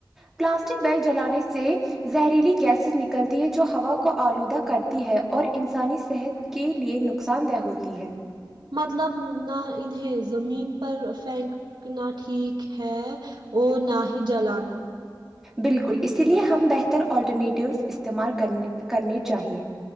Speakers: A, in the centre; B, on the right (about 80°).
A: پلاسٹک بیگ جلانے سے زہریلی گیسز نکلتی ہے جو ہوا کو آلودہ کرتی ہے اور انسانی صحت کے لیے نقصان دہ ہوتی ہے <unintelligible>
B: مطلب ن انہیں زمین پر فینک <unintelligible> کنا ٹھیک ہے وہ نہ ہی جلانا <unintelligible>
A: بالکل اسی لیے ہم بہتر آٹرنیٹوز استعمالنے کرنے چاہییں